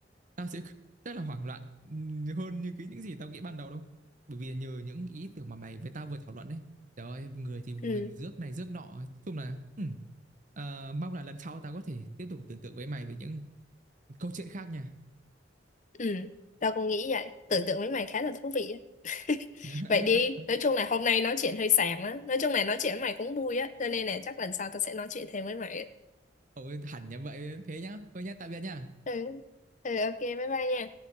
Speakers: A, on the right; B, on the left.
A: tao sẽ <laughs> rất là hoảng loạn ừm, hơn như cái những gì tao nghĩ ban đầu đâu. Bởi vì nhờ những ý tưởng mà mày với tao vừa thảo luận đấy. Trời ơi, người thì vừa
B: Ừ,
A: rước này rước nọ, nói chung là ừm, ờ, mong là lần sau tao có thể tiếp tục tưởng tượng với mày về những câu chuyện khác nha.
B: ừ, tao cũng nghĩ vậy. Tưởng tượng với mày khá là thú vị á. <laughs>
A: <laughs>
B: Vậy đi, nói chung là hôm nay nói chuyện hơi xàm á. Nói chung là nói chuyện với mày cũng vui á. Cho nên là chắc lần sau tao sẽ nói chuyện thêm với mày á.
A: Ôi hẳn như vậy thế nhá. Thôi nhá, tạm biệt nha.
B: Ừ, ừ, ok, bye bye nha.